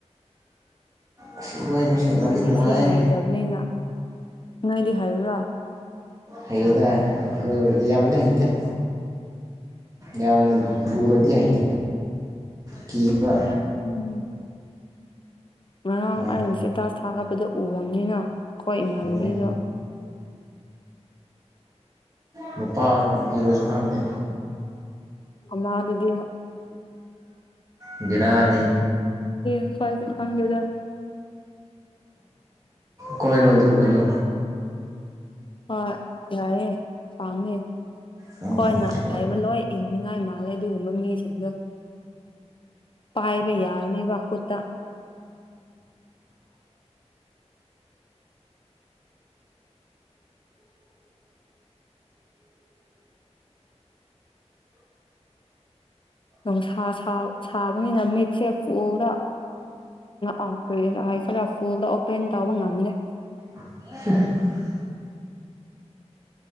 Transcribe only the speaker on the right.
ꯑꯁ ꯏꯔꯣꯏꯕꯁꯤ
ꯅꯨꯡꯗꯤ ꯅꯨꯡꯉꯥꯏ
ꯍꯩꯗ ꯏꯔꯣꯏꯕꯗꯤ ꯌꯥꯝꯗꯤ ꯍꯩꯇꯦ ꯌꯥꯝꯅ ꯂꯨꯔꯗꯤ ꯍꯩꯇꯦ ꯀꯤꯕ
ꯌꯥꯝ
ꯂꯨꯏ ꯅꯨꯄꯥꯔꯣ ꯅꯨꯄꯤꯔꯣꯁꯨ ꯈꯪꯗꯦ
ꯕꯦꯔꯥꯅꯤ
ꯀꯣꯏꯔꯣ ꯑꯗꯨꯒꯨꯝꯕꯗꯣ
ꯎꯝ
ꯀꯣꯏ
<inaudible>